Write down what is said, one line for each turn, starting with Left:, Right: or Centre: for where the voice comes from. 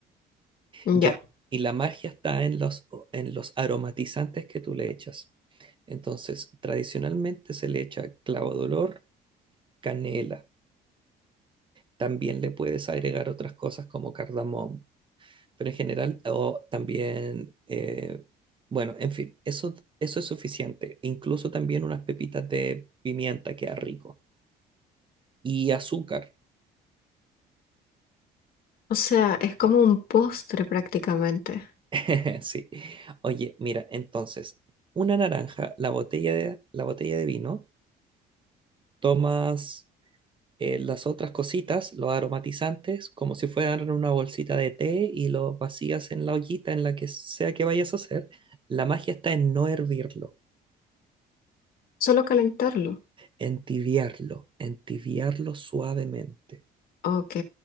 Left: ya.
Right: Ya, y la magia está en los, en los aromatizantes que tú le echas. Entonces, tradicionalmente se le echa clavo de olor, canela. También le puedes agregar otras cosas como cardamomo, pero en general, o también, eh, bueno, en fin, eso, eso es suficiente. Incluso también unas pepitas de pimienta queda rico. Y azúcar
Left: O sea, es como un postre prácticamente.
Right: <laughs> Sí. Oye, mira, entonces, una naranja, la botella de, la botella de vino, tomas eh, las otras cositas, los aromatizantes, como si fueran una bolsita de té y los vacías en la ollita en la que sea que vayas a hacer. La magia está en no hervirlo,
Left: Solo calentarlo.
Right: entibiarlo, entibiarlo suavemente.
Left: Ok.